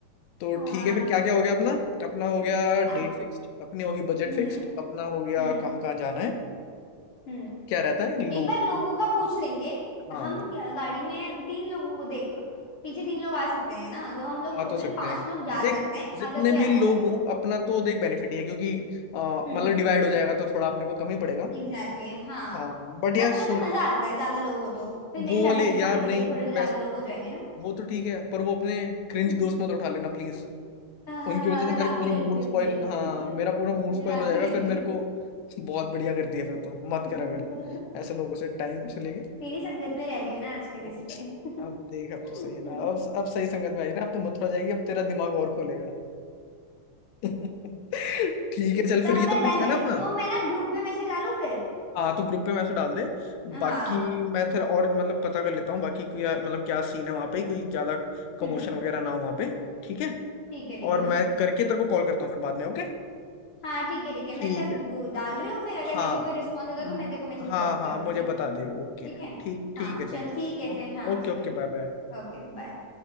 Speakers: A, on the left (about 75°); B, on the left (about 55°).
A: तो
B: हाँ
A: ठीक है फिर क्या क्या हो गया अपना अपना हो गया
B: आप
A: डेट फिक्स्ड अपनी होगी बजट
B: हम्म
A: फिक्स्ड अपना हो गया
B: हम्म
A: कहाँ कहाँ जाना है
B: हम्म
A: क्या रहता है लोग
B: एक बार लोगों का पूछ लेंगे
A: हाँ
B: हम क्या- गाड़ी में तीन लोगों को देख पीछे तीन लोग आ सकते हैं ना तो हम लोग
A: आ
B: टोटल
A: तो सकते
B: पांच
A: हैं
B: लोग जा
A: देख
B: सकते हैं
A: जितने
B: अगर कोई
A: भी
B: आना
A: लोग
B: चाहे तो
A: हों अपना तो देख बेनिफिट ही है क्योंकि आ,
B: हम्म
A: मतलब डिवाइड हो जाएगा तो थोड़ा अपने को कम ही पड़ेगा
B: एग्जैक्टली exactly, हाँ
A: हाँ बट यार
B: और प्लस
A: सुन
B: ना मजा आता है ज्यादा लोग हो तो फिर मेरे
A: वो वाले
B: लगेज उठाने
A: यार
B: के
A: नहीं
B: लिए भी थोड़े ज्यादा
A: बेस्ट
B: लोग हो जाएंगे ना
A: वो तो ठीक है पर वो अपने क्रिंज
B: <laughs>
A: दोस्त मत उठा लेना प्लीज
B: आह,
A: उनकी वजह
B: मैं
A: से
B: बात
A: मेरा पूरा
B: नहीं करती
A: मूड
B: उनसे
A: स्पॉइल हाँ
B: <laughs>
A: मेरा पूरा मूड
B: मैं
A: स्पॉइल
B: बात
A: हो जाएगा
B: नहीं करती
A: फिर मेरे को बहुत बढ़िया करती है फिर तो मत
B: <laughs>
A: करा कर अगर ऐसे लोगों से टाइम से लेके
B: तेरी संगत में रह रही हूँ ना आजकल
A: तो
B: इसलिए <laughs>
A: अब देख अब तो सही है ना अब अब सही संगत में आई ना अब तो मथुरा जाएगी अब तेरा दिमाग और खुलेगा <laughs> ठीक है चल फिर
B: तो
A: ये
B: फिर
A: तो फिक्स
B: डन
A: है
B: है
A: ना अपना
B: तो मैं ना ग्रुप पे मैसेज डालू फिर
A: हाँ तो ग्रुप पे मैसेज डाल दे
B: हाँ
A: बाकी मैं फिर और मतलब पता कर लेता हूँ बाकी क्या मतलब क्या सीन है वहाँ पे कोई ज्यादा कमोशन
B: हम्म
A: वगैरह ना हो वहाँ पे ठीक है
B: ठीक है ठीक
A: और
B: है हम
A: मैं करके तेरे को कॉल करता हूँ फिर बाद में ओके
B: हाँ ठीक है ठीक है
A: ठीक
B: मैं तक
A: है
B: गु- डाल रही हूँ फिर अगर
A: हाँ
B: मेरे को कोई रिस्पॉन्स आता
A: म-
B: है तो मैं तेरे को मैसेज
A: हाँ
B: ड्रॉप
A: हाँ
B: कर दूंगी
A: मुझे बता दियो ओके
B: ठीक है
A: ठीक ठीक
B: हाँ
A: है चलो
B: चल ठीक है
A: ओ-
B: फिर हाँ
A: ओके
B: ठीक
A: ओके
B: है
A: बाय बाय
B: Okay bye